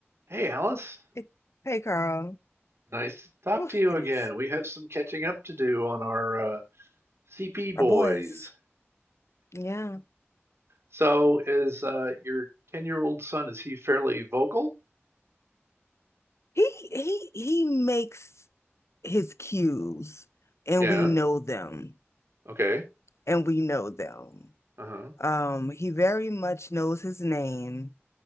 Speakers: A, on the right; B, on the left.
A: Hey Alice,
B: Hey, hey, Carl.
A: nice to talk
B: Oh,
A: to you
B: goodness.
A: again. We have some catching up to do on our uh, CP boys.
B: Our boys. Yeah.
A: So is uh, your 10-year-old son, is he fairly vocal?
B: He he he makes his cues and
A: Yeah.
B: we know them.
A: Okay.
B: And we know them.
A: Uh-huh.
B: Um, he very much knows his name,